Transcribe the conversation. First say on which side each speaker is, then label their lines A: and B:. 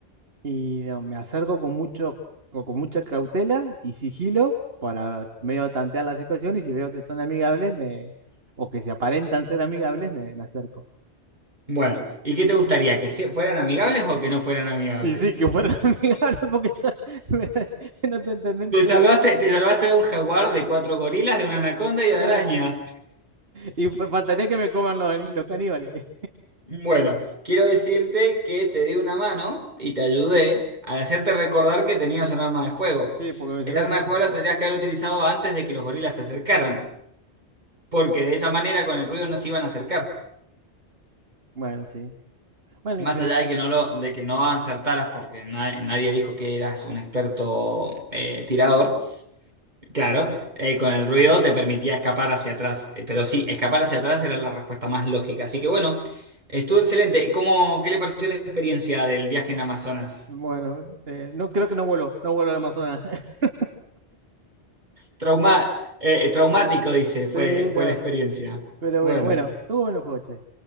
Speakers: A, on the right (about 60°); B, on the right (about 40°).
A: Y no, me acerco con mucho, con, con mucha cautela y sigilo para medio tantear la situación y si veo que son amigables, me, o que se aparentan ser amigables, me, me acerco.
B: Bueno, ¿y qué te gustaría? ¿Que se- fueran amigables o que no fueran amigables?
A: Y sí, que fueran <laughs> amigables porque ya <laughs> me- no te entendí.
B: Te salvaste,
A: no
B: te salvaste de un jaguar, de cuatro gorilas, de una anaconda y de
A: te-
B: arañas.
A: Y fa- faltaría que me coman los, ani- los caníbales.
B: Bueno, quiero decirte que te di una mano y te ayudé al hacerte recordar que tenías un arma de fuego.
A: Sí, porque si
B: El
A: no
B: arma
A: es... <laughs>
B: de fuego la tendrías que haber utilizado antes de que los gorilas se acercaran, porque de esa manera con el ruido no se iban a acercar.
A: Bueno, sí. Bueno,
B: Más
A: Imperiador.
B: allá de que no lo, de que no acertaras porque na- nadie dijo que eras un experto eh, tirador. Claro, eh, con el ruido te permitía escapar hacia atrás, Eh, pero sí, escapar hacia atrás era la respuesta más lógica. Así que bueno, estuvo excelente. ¿Cómo, qué le pareció la experiencia del viaje en Amazonas?
A: Bueno, eh, no creo que no vuelo, no vuelo al Amazonas. <laughs>
B: Trauma, eh, eh, traumático, dice, fue,
A: Sí,
B: fue
A: no.
B: la experiencia.
A: Pero
B: Bueno,
A: bueno, bueno, tuvo buenos juegos, che.